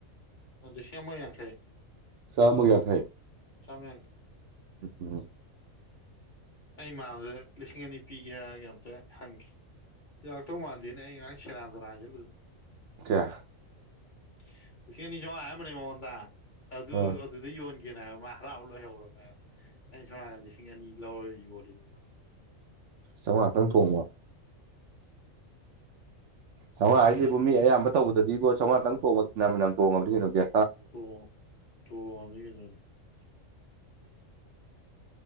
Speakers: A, on the left; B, on the right.
A: ꯑ ꯂꯤꯁꯤꯡ ꯑꯃ ꯌꯥꯡꯈꯩ
B: ꯆꯥꯝꯃꯒ ꯌꯥꯡꯈꯩ
A: ꯆꯥꯝꯃ
B: ꯎꯝ ꯎꯝ
A: ꯁꯤ ꯑꯩ ꯏꯃꯥꯟꯕꯗꯨꯗ ꯂꯤꯁꯤꯡ ꯑꯅꯤ ꯄꯤꯒꯦ ꯍꯥꯏꯔꯒ ꯑꯝꯇ ꯍꯪꯈꯤ ꯂꯥꯛꯇꯧ ꯃꯥꯟꯗꯦꯅ ꯑꯩ ꯉꯔꯥꯡ ꯁꯦꯔꯥꯟ ꯇꯨꯔꯥꯟ ꯍꯥꯏꯖꯜꯂꯨꯗꯅ
B: ꯀꯌꯥ
A: ꯁꯤ ꯂꯤꯁꯤꯡ ꯑꯅꯤ ꯆꯧꯉꯥ ꯍꯥꯏꯔꯝꯕꯅꯦ ꯃꯉꯣꯟꯗ ꯑꯗꯨ
B: ꯑꯥ
A: ꯑꯗꯨꯗ ꯌꯣꯟꯒ ꯀꯦꯅ ꯍꯥꯏꯕ ꯃꯥ ꯍꯔꯥꯎ ꯂꯣꯏꯍꯧꯔꯕꯅꯦ ꯍꯥꯏꯕ ꯁꯁ ꯑꯩꯅ ꯁꯣꯝ ꯅꯥꯀꯟ ꯂꯤꯁꯤꯡ ꯑꯅꯤ ꯂꯧꯔ ꯌꯣꯜꯂꯤꯅꯤ ꯃꯉꯣꯟꯗ
B: ꯆꯧꯉꯥꯇꯪ ꯇꯣꯡꯕ ꯆꯧꯉꯥ ꯍꯥꯏꯖꯦ ꯕꯣ ꯃꯤ ꯑꯌꯥꯝꯕ ꯇꯧꯕꯗꯗꯤꯕꯣ ꯆꯧꯉꯥꯇꯪ ꯇꯣꯡꯕꯗ ꯐꯅꯌꯥꯝ ꯐꯅꯌꯥꯝ ꯇꯣꯡꯉꯕꯅꯤ ꯀꯩꯅꯣ ꯒ꯭ꯌꯥ
A: ꯇꯣꯡ ꯊꯣꯝꯃꯃꯤ ꯀꯩꯅꯣꯅꯦ